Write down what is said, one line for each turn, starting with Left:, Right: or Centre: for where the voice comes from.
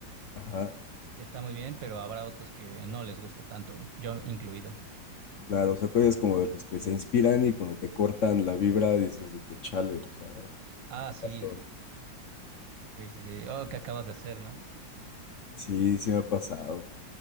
Left: ajá,
Right: está muy bien, pero habrá otros que no les guste tanto, yo incluido.
Left: claro, o sea, tú eres como de los que se inspiran y cuando te cortan la vibra dices de que chale, o sea,
Right: Ah,
Left: ¿qué
Right: sí,
Left: pasó?
Right: sí, sí, sí. Oh, ¿qué acabas de hacer, no?
Left: Sí, sí me ha pasado.